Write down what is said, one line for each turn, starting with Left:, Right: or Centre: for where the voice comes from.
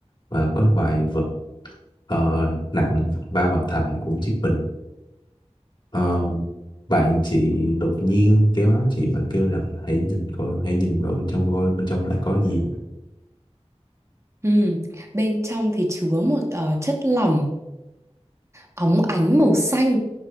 Left: và có vài vật ờ, nặng va vào thành của chiếc bình Ờ, bạn chị đột nhiên kéo áo chị và kêu rằng hãy nhìn coi hãy nhìn vào bên trong coi bên trong lại có gì
Right: ừ. bên trong thì chứa một ờ, chất lỏng óng ánh màu xanh